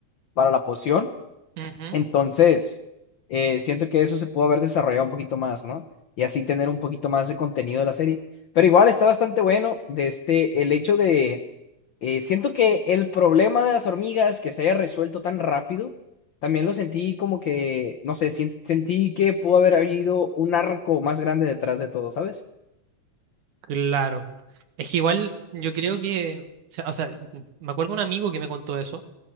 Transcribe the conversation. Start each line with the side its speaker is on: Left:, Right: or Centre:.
Left: para la poción.
Right: Ujú.
Left: Entonces, eh, siento que eso se pudo haber desarrollado un poquito más, ¿no? Y así tener un poquito más de contenido de la serie. Pero igual está bastante bueno de este, el hecho de, eh, siento que el problema de las hormigas que se haya resuelto tan rápido, también lo sentí como que, no sé, sien- sentí que pudo haber habido un arco más grande detrás de todo, ¿sabes?
Right: Claro. Es que igual yo creo que, o sea, o sea, me acuerdo un amigo que me contó eso,